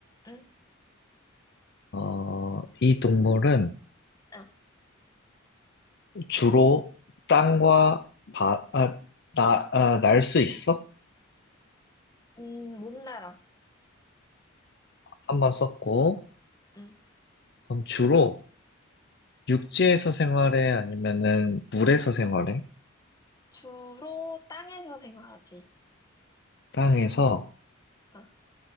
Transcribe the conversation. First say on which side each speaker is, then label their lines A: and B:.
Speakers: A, on the left (about 20°); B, on the left (about 55°).
A: 응?
B: 어, 이 동물은
A: 어.
B: 주로 땅과 바, 아, 나, 아, 날 수 있어?
A: 음, 못 날아.
B: 한 번 썼고,
A: 응.
B: 그럼 주로 육지에서 생활해? 아니면은 물에서 생활해?
A: 주로 땅에서 생활하지.
B: 땅에서,
A: 어.